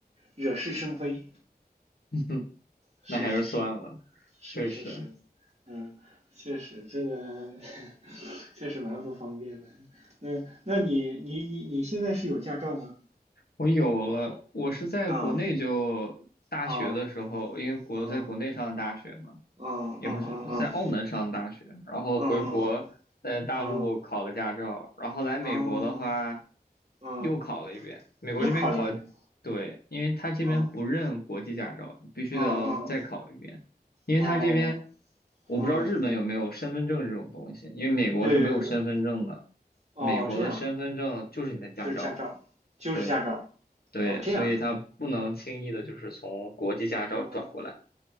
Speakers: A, on the right; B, on the left.
A: 惹是生非。
B: <laughs>
A: 是是
B: 那还是算了，
A: 是是是是，
B: 确实。
A: 嗯，确实这个 <laughs> 确实蛮不方便的。那那你你你你现在是有驾照吗？
B: 我有了，我是在国内就大学的时候，
A: 嗯，哦
B: 因为国在国内上的大学嘛，
A: 哦哦哦哦哦，
B: 也不是在澳门上的大学，然后回国在大陆考了驾照，
A: 嗯嗯嗯嗯
B: 然后来美国的话
A: 哦嗯，
B: 又考了一遍。美国这边考，
A: 又考了一遍。
B: 对，因为他这边不认国际驾照，
A: 哦
B: 必须得要再考一遍，
A: 嗯嗯
B: 因为他这边
A: 哦
B: 我不知道日本有没有身份证这种东西，
A: 嗯，
B: 因为美国是没有身份证的，
A: 有有有有哦，
B: 美国的身份证就是你的驾照。
A: 这样就是驾照，就是驾照。
B: 对。对，
A: 哦，这样
B: 所以它不能轻易的就是从国际驾照转过来。
A: 哦